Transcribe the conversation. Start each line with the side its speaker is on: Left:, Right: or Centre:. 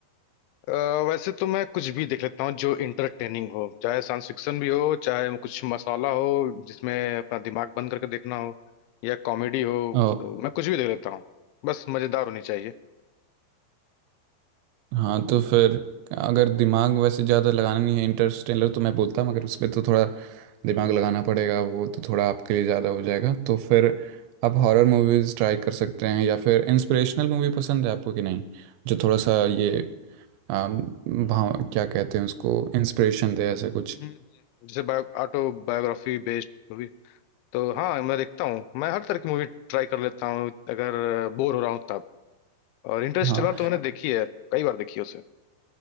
Left: अ, वैसे तो मैं कुछ भी देख लेता हूँ जो इंटरटेनिंग हो चाहे साइंस फिक्शन भी हो चाहे कुछ मसाला हो जिसमें अपना दिमाग बंद करके देखना हो या कॉमेडी हो
Right: और
Left: तो मैं कुछ भी देख लेता हूँ बस मजेदार होनी चाहिए
Right: हाँ तो फिर अगर दिमाग वैसे ज़्यादा लगाना नहीं है इंटरस्टेलर तो मैं बोलता हूँ मगर उसमें तो थोड़ा दिमाग लगाना पड़ेगा वो तो थोड़ा आपके लिए ज़्यादा हो जाएगा तो फिर आप हॉरर मूवीज़ ट्राई कर सकते हैं या फिर इंस्पिरेशनल मूवी पसंद है आपको कि नहीं जो थोड़ा सा ये अम, भाव क्या कहते हैं उसको इंस्पिरेशन दे ऐसा कुछ
Left: हम्म, हम्म। जैसे बायो ऑटोबायोग्राफी बेस्ड मूवी तो हाँ मैं देखता हूँ मैं हर तरह की मूवी ट्राई कर लेता हूँ अगर बोर हो रहा हूँ तब और इंटरस्टेलर
Right: हाँ
Left: तो मैंने देखी है कई बार देखी है उसे